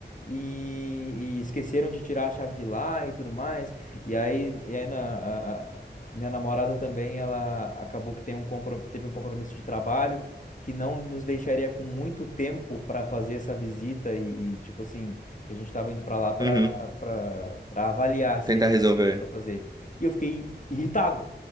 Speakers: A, on the left; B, on the right.
A: E, e esqueceram de tirar a chave de lá e tudo mais. E aí, e aí na, a- a- minha namorada também, ela acabou que tem um compro- teve um compromisso de trabalho que não nos deixaria com muito tempo para fazer essa visita e, e, tipo assim, que a gente tava indo para lá para
B: Uhum,
A: para avaliar se
B: tentar
A: teria
B: resolver.
A: alguma coisa para fazer. E eu fiquei irritado.